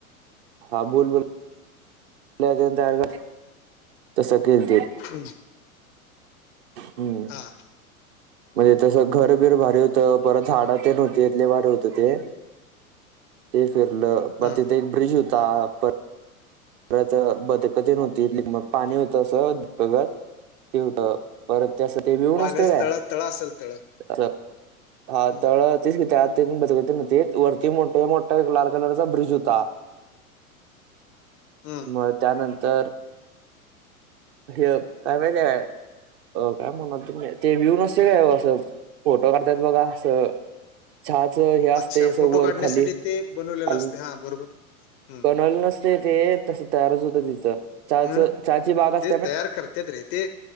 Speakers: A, on the right; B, on the left.
A: हा बोल, बोल. <inaudible> तसं केलते.
B: <inaudible>
A: हम्म.
B: हा
A: म्हणजे तसं घरबिर भारी होतं परत झाडा नव्हती भारी होत ते. हे फिरलं पर
B: हा
A: तिथे एक ब्रिज होता. पन परत बदकतेन व्हती इ मग पाणी होतं अस <unintelligible> ात ते होत परत त्यास ते व्हीव
B: पाण्याचं
A: नसते काय
B: तळा तळा असेल तळ
A: अस हा
B: हं,
A: तळं तर तेच त्यात. बदकं तेन हुतीत वरती मोठ्या मोठा एक लाल कलरचा ब्रिज होता.
B: हम्म.
A: म त्यानंतर हे काय माहितीे का? काय म्हणलातो ही ते व्यू नसते काय? असं फोटो काढतयात बगा असं. चहाचं हे असते
B: अच्छा
A: अस
B: फोटो
A: वर
B: काढण्यासाठी
A: खाली
B: ते बनवलेलं
A: <unintelligible>
B: असते हा बरोबर हं,
A: ते ते तसं तयारच होतं तिथं चाहाच
B: हं,
A: चहाची बाग अस
B: ते तयार करत्यात रे! ते